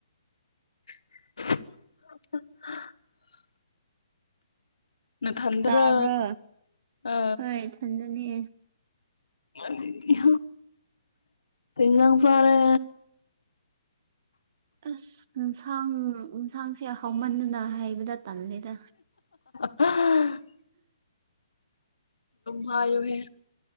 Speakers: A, on the left; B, on the right.
A: <unintelligible> ꯅ ꯇꯗꯔ
B: ꯇꯥꯕ꯭ꯔꯣ
A: ꯑ
B: ꯍꯣꯏ ꯏꯊꯟꯗꯅꯦ
A: ꯏ ꯏ ꯄ ꯐꯔꯦ
B: ꯑꯁ ꯟꯁꯥꯡ ꯟꯁꯥꯡꯁꯦ ꯍꯥꯎꯃꯟꯗꯅ ꯍꯥꯏꯩꯕꯗ ꯇꯜꯜꯂꯤꯦꯗ
A: ꯎꯝ ꯎꯝ ꯃꯌꯨꯍꯦ